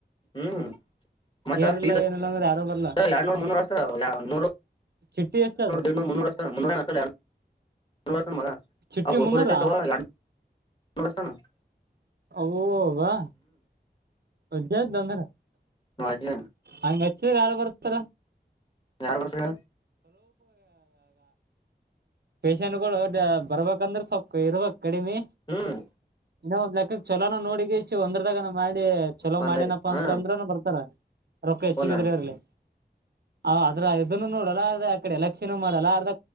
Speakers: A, on the left; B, on the right.
A: ಹ್ಮ್ ಮತ್ತ
B: ಕೇರ್
A: ಫೀಸ್
B: ಇಲ್ಲ ಏನಲ್ಲಂದ್ರ ಯಾರು ಬರಲ್ಲ
A: ಎರಡ್ನೂರ್ ಮುನ್ನೂರುರಷ್ಟ ನೂ
B: ಚಿಟ್ಟಿ ಎಷ್ಟ ಅದ
A: ಎಡುನೂರು ನೂರೂ ಮುೂರಷ್ಟ <inaudible> ಹ ಮೂನ್ನೂರ ಏನ್ ಅಚ್ಚಲ ಎರಡನೂರ ಆಚ್ಚತನ ಮಗ <inaudible>
B: ಚಿಟ್ಟಿ
A: ಹ ಗುಲ್ಕೋಜ
B: ಮುನ್ನೂರ
A: ಹಚ್ಚಿರ್ತವಾ ಮಗ ಎರಡು ಮೂರು ಅಚ್ಚತನ <inaudible>
B: ವಾ ವಜ್ಜ್ದ ಅಂದ್ರ
A: ಅಜ್ಜಿ
B: ಹಂಗ ಹಚ್ಚಿದ ಯಾರು ಬರ್ತಾರ
A: ಯಾರ್ ಬರ್ತರ
B: ಪೇಷಂಟ್ಗಳು ಬರ್ಬೇಕಂದ್ರೆ ಸೊಪ್ಪು ಇರ್ಬೇಕು ಕಡಿಮೆ
A: ಹ್ಮ್
B: ಇನ್ನೊ ಒಂದ್ ಲೆಕ್ಕಕ್ ಚಲೋನ ನೋಡಗ ಒಂದ್ರದಾಗನ ಮಾಡಿ ಎೋ
A: ಒಂದ್
B: ಮಾಡೇನಪ್ಪಾ
A: ಹಾ
B: ಅಂತ ಅಂದ್ರನು ಬರ್ತಾರ ರೊಕ್ಕ ಹೆಚ್ಚಗಿದ್ರಿ
A: ಒನ್
B: ಇರ್ಲಿ ಹ ಅದ್ರ ಇದನ್ನು ನೋಡಲ್ಲ ಅ ಆ ಕಡೆ ಎಲ್ಲ ಪಕ್ಷ ಮಾಡಲ್ಲ ಅರ್ದ